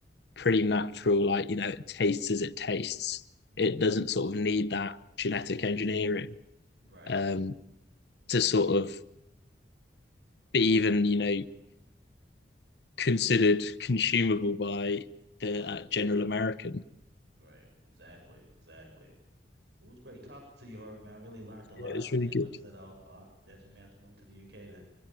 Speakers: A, on the left; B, on the right.
A: pretty natural. Like, you know, it tastes as it tastes.
B: hmm
A: It doesn't sort of need that genetic engineering
B: Right.
A: um, to sort of be even, you know, considered consumable by the uh, general American.
B: Right. Exactly. Exactly. Well, it was great talking to you, Harvey, man. I really learned a lot.
A: Yeah, it was
B: And
A: really good.
B: like I said, I'll, I'll definitely may have to move to the UK to